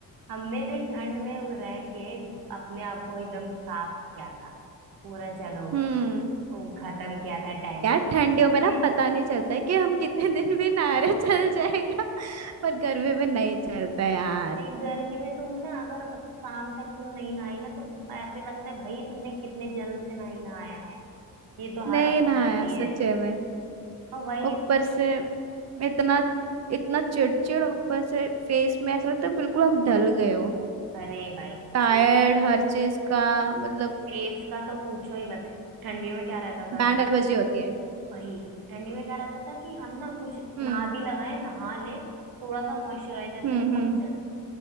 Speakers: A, on the right (about 85°); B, on the right (about 50°).
A: हमने जो ठंड में वो रह के अपने आप को एकदम साफ किया था पूरा चलो
B: हम्म
A: वो खत्म किया था टैनिंग
B: यार ठंडियों में ना
A: ये
B: पता नहीं चलता
A: <laughs>
B: है कि हम कितने दिन भी नहारे चल जाएगा <laughs> पर गर्मी में नहीं चलता यार
A: भाई गर्मी में तुम ना अगर शाम तक तुम नहीं नहाई ना तो ऐसे लगता है भाई तुमने कितने जन्म से नहीं नहाया है ये तो
B: नहीं
A: हालत हो
B: नहाया
A: जाती
B: सच्चे
A: है
B: में
A: और वही
B: ऊपर
A: ना
B: से इतना इतना चिड़चिड़ ऊपर से फेस में ऐसा लगता है बिल्कुल हम ढल गए हो
A: अरे भाई
B: टायर्ड
A: फेस
B: हर चीज का मतलब
A: फेस का तो पूछो ही मत ठंडियों में क्या रहता था
B: बैंड
A: ना
B: बजे होती है
A: भाई ठंडी में क्या रहता था कि हम ना कुछ
B: हम्म
A: ना भी लगाए नहा ले थोड़ा सा मॉइस्चराइजर
B: हम्म
A: से ना
B: हम्म
A: काम चल जाए